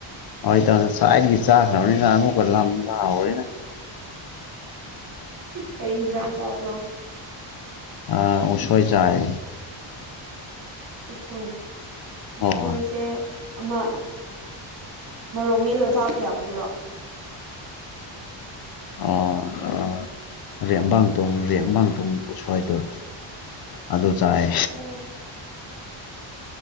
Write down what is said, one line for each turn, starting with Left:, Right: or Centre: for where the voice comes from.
Left: ꯑꯩ ꯆꯦꯛ ꯉꯂꯥꯏꯗꯕꯤ ꯆꯥ ꯈꯔꯅꯤꯅ ꯃꯨꯛꯀꯥ ꯂꯝ ꯑ ꯑꯣꯏꯅꯦ
Right: ꯀꯔꯤ ꯍꯤꯟꯖꯥꯡ ꯆꯥꯕ꯭ꯔꯣ
Left: ꯑ ꯎꯁꯣꯏ ꯆꯥꯏ
Right: ꯎꯁꯣꯏ ꯎꯁꯣꯏꯁꯦ
Left: ꯑꯣ
Right: ꯑꯃ ꯃꯔꯣꯛ ꯃꯦꯜꯂ ꯊꯥꯕ ꯌꯥꯕ ꯌꯥꯕꯗꯨꯔꯣ
Left: ꯑꯣ ꯑꯣ ꯔꯦꯕꯥꯇꯣꯡ ꯔꯦꯕꯥꯇꯣꯡ ꯎꯁꯣꯏꯗꯣ ꯑꯗꯨ ꯆꯥꯏ
Right: ꯑꯣ